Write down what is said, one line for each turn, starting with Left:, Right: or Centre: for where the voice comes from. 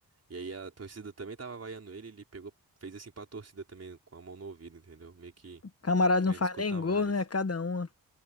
Right: E aí a torcida também tava vaiando ele, ele pegou, fez assim pra torcida também, com a mão no ouvido, entendeu? Meio que
Left: Camarada
Right: querendo
Left: não faz
Right: escutar
Left: nem gol,
Right: mais.
Left: né? É Cada uma.